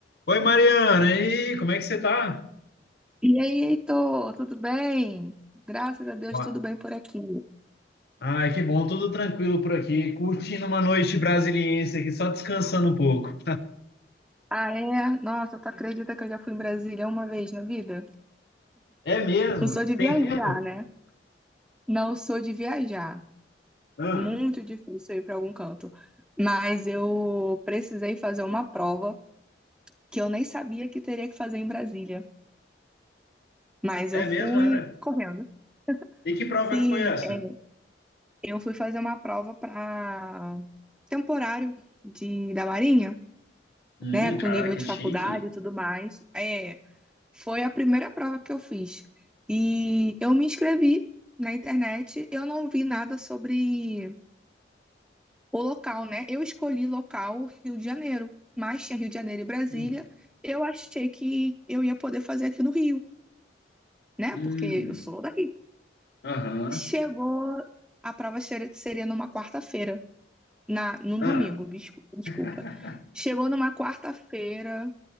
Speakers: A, on the left; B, in the centre.
A: Oi, Mariana, e aí, como é que você tá?
B: E aí, Heitor, tudo bem? Graças a Deus,
A: Ó,
B: tudo bem por aqui.
A: Ai, que bom, tudo tranquilo por aqui, curtindo uma noite brasiliense aqui, só descansando um pouco.
B: Ah, é? Nossa, tu acredita que eu já fui em Brasília uma vez na vida?
A: É mesmo?
B: Não sou de
A: Tem
B: viajar,
A: tempo?
B: né? Não sou de viajar.
A: Ah,
B: Muito difícil ir para algum canto. Mas eu precisei fazer uma prova que eu nem sabia que teria que fazer em Brasília. Mas
A: é
B: eu fui
A: mesmo, né, velho?
B: correndo.
A: E que prova
B: Sim,
A: que foi essa?
B: é, eu fui fazer uma prova para temporário de, da Marinha,
A: Hum,
B: né? Com
A: cara,
B: nível
A: que
B: de
A: chique.
B: faculdade e tudo mais. É. Foi a primeira prova que eu fiz. E eu me inscrevi na internet, eu não vi nada sobre o local, né? Eu escolhi local Rio de Janeiro, mas tinha Rio de Janeiro e Brasília.
A: Hum,
B: Eu achei que eu ia poder fazer aqui no Rio, né?
A: hum,
B: Porque eu sou daqui.
A: aham,
B: Chegou, a prova ser- seria numa quarta-feira, na num
A: ah.
B: domingo, descu- desculpa.
A: <laughs>
B: Chegou numa quarta-feira,